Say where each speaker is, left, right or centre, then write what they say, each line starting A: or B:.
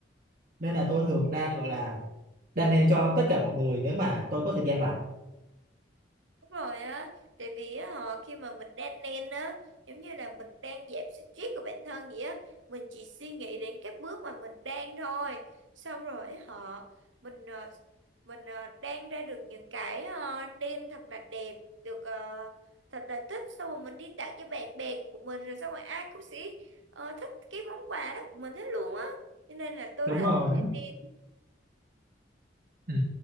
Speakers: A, on the right (about 45°); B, on the right (about 85°).
A: nên là tôi thường đan gọi là đan len cho tất cả mọi người nếu mà tôi có thời gian rảnh
B: Đúng rồi á, tại vì á, họ khi mà mình đang lên á, giống như là mình đang giảm stress của bản thân vậy á, mình chỉ suy nghĩ đến các bước mà mình đang thôi. Xong rồi họ mình ờ, mình ờ, đang ra được những cái uh, đêm thật là đẹp, được ờ, thật là thích, xong rồi mình đi tặng cho bạn bè của mình rồi xong rồi ai cũng sẽ ờ, thích cái món quà đó của mình hết luôn á. Cho nên là tôi
A: đúng
B: rất là
A: rồi
B: thích đêm
A: Ừ,